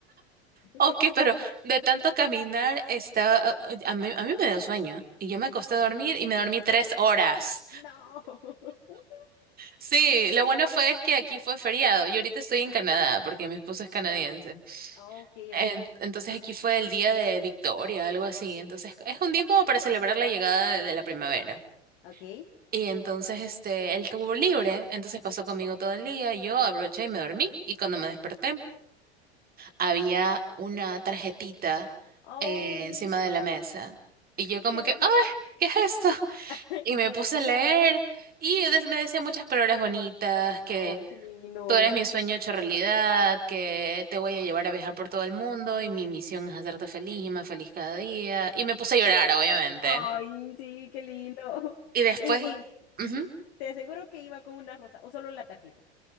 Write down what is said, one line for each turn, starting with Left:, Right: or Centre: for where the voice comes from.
Right: Ok,
Left: ¿Ya
Right: pero
Left: te cansaste?
Right: de tanto caminar está, a mí, a mí me dio sueño y yo me acosté a dormir y me dormí tres horas.
Left: No. <laughs>
Right: Sí, lo bueno fue es que aquí fue feriado y ahorita estoy en
Left: Ay,
Right: Canadá porque mi esposo es canadiense.
Left: ok,
Right: En-
Left: ok,
Right: entonces aquí fue el día de Victoria, algo así. Entonces es un día como para celebrar la llegada de, de la primavera.
Left: ok.
Right: Y entonces este, él tuvo libre, entonces pasó conmigo todo el día, yo abroché y me dormí y cuando me desperté había una tarjetita
Left: Ay,
Right: eh, encima de la mesa. Y yo como
Left: ¿qué
Right: que,
Left: decía?
Right: ¡ay! ¿Qué es esto?
Left: <laughs>
Right: Y me puse a leer y des- me decía muchas palabras bonitas, que
Left: Ay, qué lindo.
Right: tú eres mi sueño hecho realidad, que te voy a llevar a viajar por todo el mundo y mi misión es hacerte feliz y más feliz cada día. Y me puse a llorar, obviamente.
Left: Ay, sí, qué lindo. <laughs>
Right: Y después...
Left: Y,
Right: ujú.
Left: y, mm, te aseguro que iba con una rosa o solo la tarjeta.